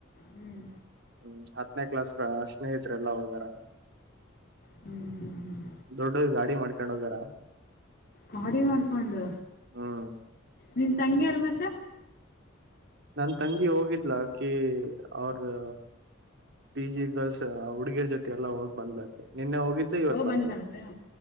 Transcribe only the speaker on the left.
ಹ್ಮ್
ಹ್ಮ್ ಹ್ಮ್ ಹ್ಮ್
ಗಾಡಿ ಮಾಡ್ಕೊಂಡು
ನಿನ್ ತಂಗಿಯಾರ ಮತ್ತೆ
ಓ
ಅವಳು